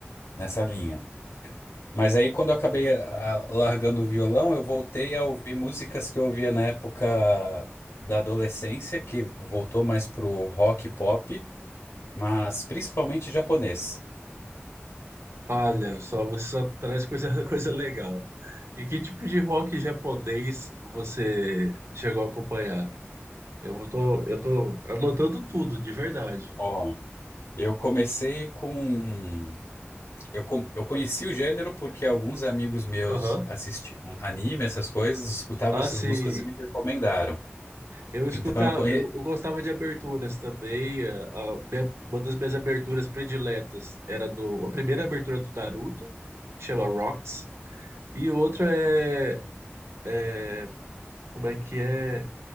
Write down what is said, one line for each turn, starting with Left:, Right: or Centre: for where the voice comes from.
Left: nessa linha. Mas aí, quando eu acabei ah, largando o violão, eu voltei a ouvir músicas que eu ouvia na época da adolescência, que voltou mais pro rock e pop, mas principalmente japonês.
Right: Olha, só você só traz coisa, <laughs> coisa legal. E que tipo de rock japonês você chegou a acompanhar? Eu vou tô, eu tô anotando tudo, de verdade.
Left: Ó, eu comecei com. Eu, com- eu conheci o gênero porque alguns amigos meus
Right: Aham.
Left: assistiam anime, essas coisas, escutavam
Right: Ah,
Left: essas
Right: sim
Left: músicas e me recomendaram.
Right: eu escutava,
Left: Então eu conheci.
Right: eu, eu gostava de aberturas também. eh, a- minha- uma das minhas aberturas prediletas era do, a primeira abertura do Naruto, que chama Rocks, e outra é, é, como é que é?